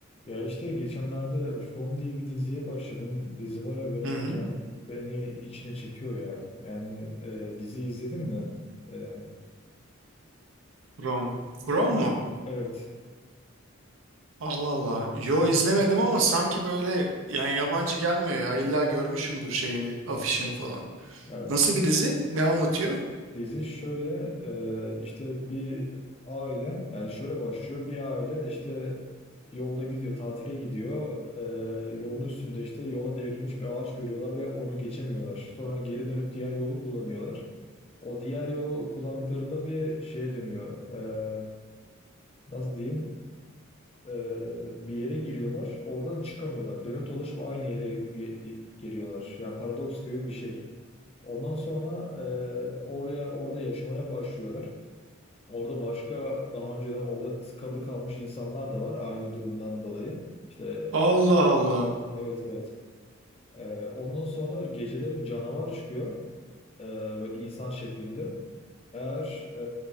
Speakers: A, on the left; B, on the right.
A: Ya işte geçenlerde From diye bir diziye başladım. Dizi bayağı beni,
B: Hı hı.
A: ken- beni içine çekiyor ya. Yani e, dizi izledin mi? E,
B: From. From mu?
A: evet.
B: Allah Allah. Yo izlemedim ama sanki böyle yani yabancı gelmiyor ya. İlla görmüşümdür şeyini, afişini falan.
A: Yani
B: Nasıl bir dizi? Ne anlatıyor?
A: dizi şöyle e, işte bir aile yani şöyle başlıyor. Bir aile işte yolda gidiyor, tatile gidiyor. E, yolun üstünde işte yola devrilmiş bir ağaç görüyorlar ve onu geçemiyorlar. Sonra geri dönüp diğer yolu kullanıyorlar. O diğer yolu kullandıklarında bir şeye dönüyor. E, nasıl diyeyim? Ee, bir yere giriyorlar. Oradan çıkamıyorlar. Dönüp dolaşıp aynı yere ge- geliyorlar. Yani paradoks gibi bir şey. Ondan sonra e, oraya orada yaşamaya başlıyorlar. Orada başka daha önceden orada tıkalı kalmış insanlar da var aynı durumdan dolayı. İşte
B: Allah Allah.
A: evet evet. Ee, ondan sonra geceleri canavar çıkıyor. Ee, böyle insan şeklinde. Eğer e,